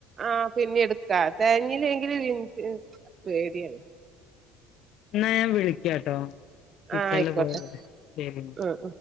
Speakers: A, on the right; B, on the left.
A: ആഹ് പിന്നിഎടുക്കാ തെകഞ്ഞില്ലെങ്കില് ഇൻക്ക് പേടിയാണ്
B: ന്നാ ഞാൻ വിളിക്കാട്ടോ കിച്ചൺല്
A: ആഹ് ആയിക്കോട്ടെ
B: പോയൊക്കോട്ടെ ശെരിന്നാ
A: ഉം ഉം